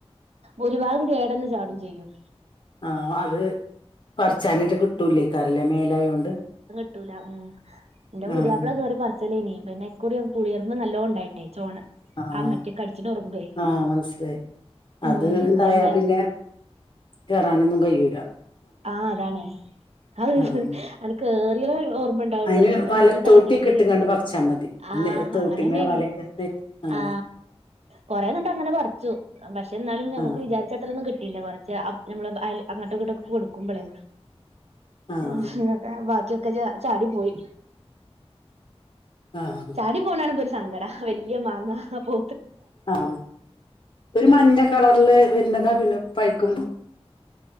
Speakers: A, on the right; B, on the left.
A: ഒരു ഭാഗം കേടന്ന് ചാടും ചെയ്യും
B: ആഹ് അത് പർച്ചാനെറ്റെ കിട്ടൂല്ലേക്കാരല്ലേ മേലായോണ്ട്
A: ട്ടൂല്ല ഊം ഇന്റെ പുതിയാപ്പള
B: ആഹ്
A: കേറി പറിച്ചലേനി പിന്നെ ഇക്കുറി പുളിയെർമ്പ് നല്ലോ ഉണ്ടായിട്ടേ ചോണ
B: ആഹ്
A: ആ മറ്റേ കടിച്ചിണ ഉറുമ്പേ
B: ആഹ് മനസിലായി
A: ഉം
B: അത് ഉണ്ടായാ
A: അയിണ്ടാ
B: പിന്നെ കേറാനൊന്നും കയ്യൂല
A: ആഹ് അതാണെ ഹൗ
B: ആഹ്
A: ആണ്ട് കേറിയതേ ഓർ മ്മണ്ടാവുള്ളോ
B: അയിന്
A: പിന്ന
B: വലത്തോട്ടിയൊക്കെ
A: അപ്പട്ന്ന്ങ്ങട്ട് എറങ്ങണെങ്കി
B: ഇട്ട്ങ്ങാണ്ട് പറിച്ചാ മതി
A: ആ
B: തോട്ടിമ്മേ
A: അങ്ങനെന്നെനി
B: വലക്കെ ആഹ്
A: ആ് കൊറെ ഇന്നട്ട് അങ്ങനെ പറിച്ചു പക്ഷെ ഇന്നാലും ഞമ്മുക്ക്
B: ആഹ്
A: വിചാരിച്ച അത്രന്നും കി ട്ടീല്ല കുറച്ച് അ നമ്മള് അ അയല് അങ്ങട്ടും ഇങ്ങട്ടൊക്കെ കൊടുക്കുമ്പളേ
B: ആഹ്
A: അഹ് <unintelligible> ബാക്കിയൊക്കെ ച ചാടി പോയി
B: ആഹ്
A: ചാടി പോണാ ണ് മ്പൊ ഒരു സങ്കടാ വലിയ മാങ്ങ പോ
B: ആഹ് ഒരു മഞ്ഞ കളർല് വരുന്നതാ പിന്നെ പഴുക്കുമ്പോ